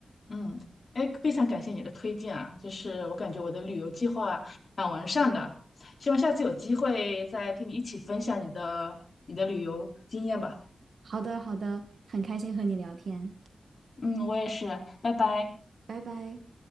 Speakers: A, on the left; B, on the right.
A: 嗯，哎，非常感谢你的推荐啊，就是我感觉我的旅游计划蛮完善的，希望下次有机会再跟你一起分享你的你的旅游经验吧。
B: 好的，好的，很开心和你聊天，
A: 嗯，我也是，拜拜。
B: 拜拜。